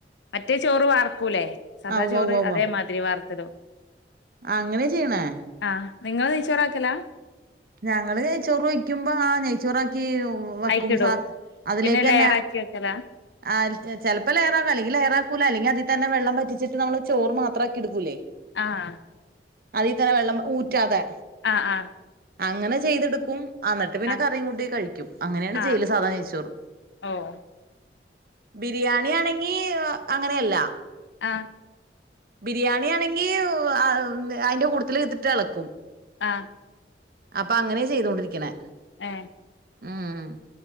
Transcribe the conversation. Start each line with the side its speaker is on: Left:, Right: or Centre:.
Left: മറ്റേ ചോറ് വാർക്കൂല്ലേ സദാ
Right: ആ ഉവ്വ
Left: ചോറ്
Right: ഉവ്വ ഉവ്വ
Left: അതേ മാതി തിരി വാർത്തിടും
Right: അങ്ങനെ ചെയ്യ്ണേ
Left: ആ നിങ്ങൾ നെയ്ച്ചോറ് ആക്കല
Right: ഞങ്ങള് നെയ്ച്ചോറ് വെക്കുമ്പോ ആ നെയ്ച്ചോറാക്കി വക്കും
Left: അയ്ക്കിടും
Right: സാ അതിലേക്ക്
Left: പിന്നെ ലെയറാക്കി
Right: തന്നെ
Left: വെക്കലാ
Right: ആഹ ചെലപ്പോ ലയറാക്കും അല്ലെങ്കിൽ ലേറാക്കൂല അല്ലങ്കി അതിൽ തന്നെ വെള്ളം വറ്റിച്ചിട്ട് നമ്മള് ചോറ് മാത്രമാക്കി എടുക്കൂലേ
Left: ആ
Right: അതിൽ തന്നെ വെള്ളം ഊറ്റാതെ
Left: ആ ആ
Right: അങ്ങനെ ചെയ്തെടുക്കും എന്നിട്ട് പിന്നെ
Left: ആഹ്
Right: കറിയും കൂട്ടി കഴിക്കും അങ്ങനെയാണ്
Left: ആഹ്
Right: ചെയ്യല് സാധാ നെയ്യ്ച്ചോറ്.
Left: ഓഹ്
Right: ബിരിയാണി ആണെങ്കി അങ്ങനെയല്ല.
Left: ആ
Right: ബിരിയാണി ആണെങ്കിൽ അതിന്റെ കൂട്ടത്തിൽ ഇത്ട്ട് ഇളക്കും
Left: ആ
Right: അപ്പൊ അങ്ങനെ ചെയ്തൊണ്ടിരിക്കണെ
Left: ഏ
Right: ഉം